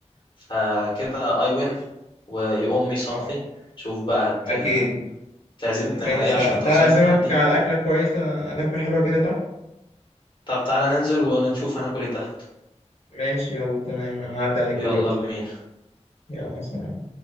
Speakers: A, on the left; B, on the left.
A: فكده I win و you owe me
B: اه
A: something شوف بقى هت-
B: اكيد
A: هتعزمني
B: ماشي
A: على ايه عشان
B: تع-
A: انت
B: تعالى
A: خسرت
B: اعزمك
A: التحدي
B: على اكله كويسه اكله حلوه كده تحت
A: طب تعالى ننزل ونشوف هناكل ايه تحت
B: ماشي يلا تمام انا هعدي عليك دلوقتي
A: يلا بينا
B: يلا سلام